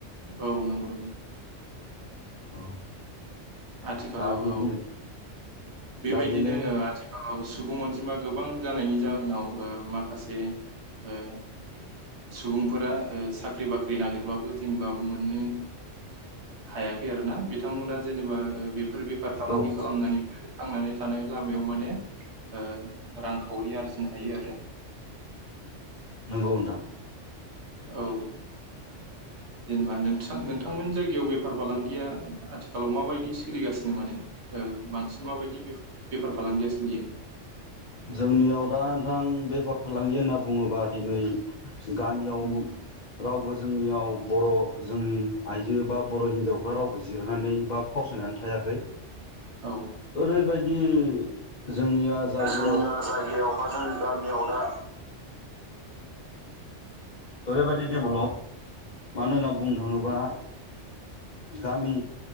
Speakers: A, on the right; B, on the left.
A: औ नंगौ नंगौ
B: औ
A: आथिखालाव
B: दा बिदि
A: औ बेबायदिनो
B: दा बेनो
A: औ आथिखालाव सुबुं अनजिमा गोबां जानायनि जाहोनाव माखासे ओ सुबुंफोरा ओ साख्रि बाख्रि नागिरबाबो जेनेबा मोननो हायाखै आरो ना बिथांमोना जेनेबा बेफोर बेफार फालांगि
B: औ
A: खालामनानै थांनानै लामायाव माने ओ रांखावरि आरजिनो हायो आरो
B: नंगौ नोंथां
A: औ जेनेबा नों नोंथांमोन जायगायाव बेफार फालांगिया आथिखालाव माबायदि सोलिगासिनो माने ओ बांसिन माबायदि बेफार फालांगिया सोलियो
B: जोंनियाव दा नोंथां बेफार फालांगि होनना बुङोबा दिनै गामियाव
A: उम
B: रावबो जोंनियाव बर' जोंनि आइजो बा बर' हिनजावफ्रा रावबो जिरनानै बा फावसायनानै थायाखै
A: औ
B: ओरै बायदि दि जोंनिया जाय
A: जोंनिया जायगायाव बा जोंनि गामियाव दा
B: ओरैबायदि देबल' मानो होनना बुंनो थाङोबा गामि